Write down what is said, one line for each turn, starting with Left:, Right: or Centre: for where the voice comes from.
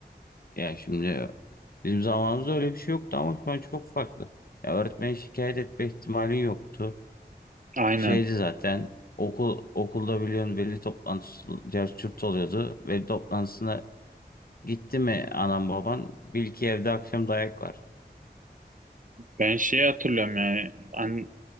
Left: ya şimdi bizim zamanımızda öyle bir şey yoktu ama şu an çok farklı. Ya öğretmene şikayet etme ihtimalin yoktu.
Right: Aynen.
Left: Şeydi zaten okul okulda biliyorsun veli toplantısı cerçürt oluyordu. Veli toplantısına gitti mi anam baban bil ki evde akşam dayak var.
Right: Ben şeyi hatırlıyorum yani. An